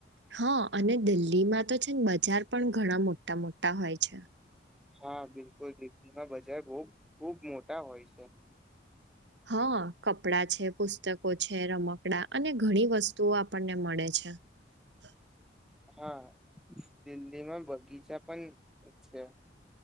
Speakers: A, on the right; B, in the centre.
A: હા અને દિલ્હીમાં તો છે બજાર પણ ઘણા મોટા-મોટા હોય છે.
B: હા બિલકુલ. દિલ્હીમાં બજાર બહું ખુબ મોટા હોય છે.
A: હા કપડા છે, પુસ્તકો છે, રમકડા અને ઘણી વસ્તુઓ આપણને મળે છે. ચ્છા
B: હા દિલ્હીમાં બગીચા પણ છે.